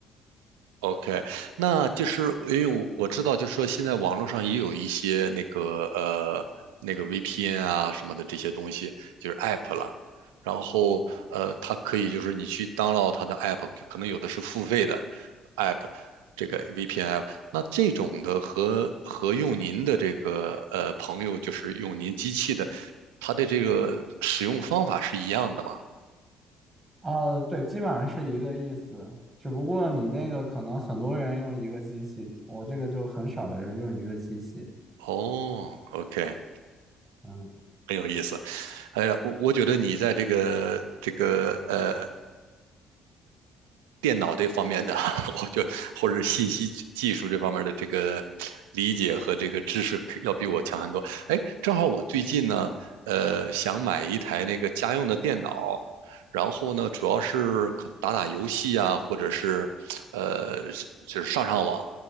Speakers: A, on the right; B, on the right.
A: OK，那就是因为我我知道，就是说现在网络上也有一些那个呃那个 VPN 啊什么的这些东西，就是 App 了。然后呃，它可以就是你去 download 它的 App，可能有的是付费的 App，这个 VPN 那这种的和和用您的这个呃朋友就是用您机器的，它的这个使用方法是一样的吗？
B: 啊，对，基本上是一个意思，只不过你那个可能很多人用一个机器，我这个就很少的人用一个机器。
A: 哦，OK，
B: 嗯
A: 很有意思。哎呀，我我觉得你在这个这个呃电脑这方面的，<laughs> 我就或者信息技术这方面的这个理解和这个知识要比我强很多。哎，正好我最近呢，呃，想买一台那个家用的电脑，然后呢，主要是可打打游戏啊，或者是呃，就是上上网。